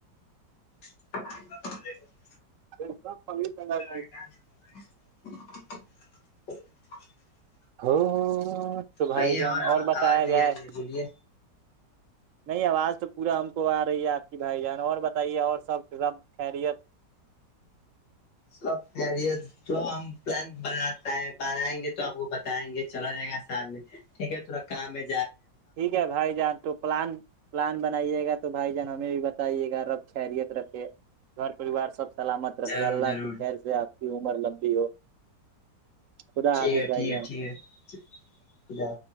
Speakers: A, on the left (about 75°); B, on the right (about 60°).
A: <unintelligible>
B: <inaudible>
A: ہے <unintelligible>
B: <inaudible>
A: کہیے
B: جان
A: اور
B: بتایا
A: آواز نہیں
B: جائے
A: آ رہی ہے بولیے
B: نہیں آواز تو پورا ہم کو آ رہی ہے آپ کی بھائی جان اور بتائیے اور سب سب خیریت
A: سبے تو ہم پلان بناتا ہے بنائیں گے تو آپ کو بتائیں گے چلا جائے گا ساتھ میں ٹھیک ہے تھوڑا کام ہے
B: ٹھیک ہے بھائی جان تو پلان پلان بنائیے گا تو بھائی جان ہمیں بھی بتائیے گا رب خیریت رکھے گھر پریوار سب سے سلامت رکھے
A: ضرور
B: اللہ
A: ضرور
B: کی خیر سے آپ کی عمر لمبی ہو خدا
A: ٹھیک
B: حافظ
A: ہے
B: بھائی
A: ٹھیک
B: جان
A: ہے ٹھیک ہے